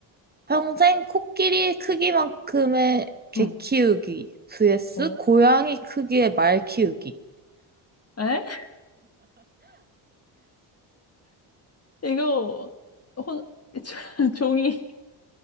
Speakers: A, on the right; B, on the left.
A: 평생 코끼리 크기만큼의 개
B: 음,
A: 키우기 vs
B: 어.
A: 고양이 크기의 말 키우기.
B: 에? <laughs> 이거, 혼, <laughs> 종이,